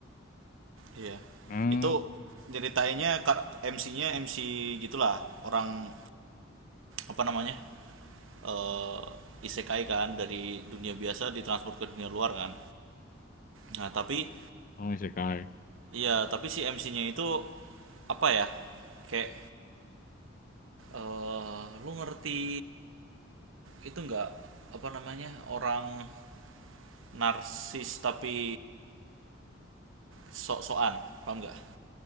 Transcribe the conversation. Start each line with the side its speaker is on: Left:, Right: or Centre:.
Right: iya
Left: Hmm,
Right: itu nyeritainnya MC-nya MC gitulah orang apa namanya eh isekai kan dari dunia biasa ditransport ke dunia luar kan nah tapi
Left: oh isekai.
Right: Iya, tapi si MC-nya itu apa ya? Kayak eh lu ngerti itu nggak apa namanya? Orang narsis tapi sok-sokan, paham nggak?